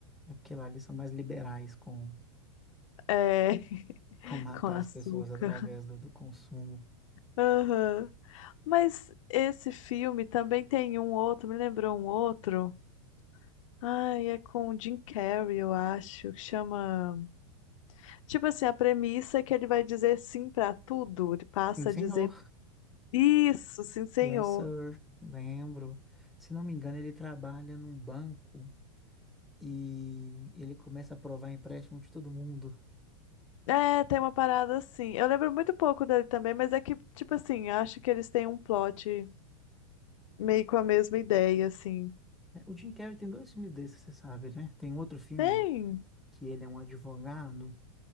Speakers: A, in the centre; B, on the left.
A: É porque lá eles são mais liberais com,
B: É, <laughs>
A: com matar
B: com açúcar.
A: as pessoas através do, do consumo.
B: Aham. Mas esse filme também tem um outro, me lembrou um outro. Ai, é com o Jim Carrey, eu acho, que chama. Tipo assim, a premissa é que ele vai dizer sim pra tudo, ele passa
A: Sim, senhor.
B: a dizer isso, sim, senhor.
A: Yes, sir. Lembro. Se não me engano, ele trabalha num banco e ele começa a aprovar empréstimo de todo mundo.
B: É, tem uma parada assim. Eu lembro muito pouco dele também, mas é que, tipo assim, acho que eles têm um plot meio com a mesma ideia, assim.
A: É, O Jim Carrey tem dois filmes desses, você sabe, né? Tem um outro filme
B: Tem?
A: que ele é um advogado